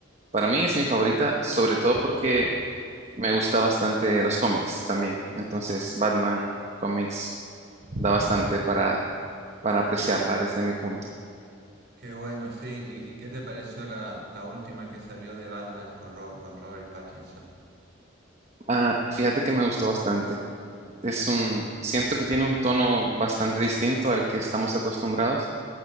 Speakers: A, on the right; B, on the right.
A: Para mí es mi favorita, sobre todo porque me gusta bastante los cómics también. Entonces, Batman cómics da bastante para, para apreciarla desde mi punto.
B: Qué bueno, sí. ¿Y, y qué te pareció la, la última que salió de Batman con, Ro- con Robert Pattinson?
A: Ah, fíjate que me gustó bastante. Es un, siento que tiene un tono bastante distinto al que estamos acostumbrados,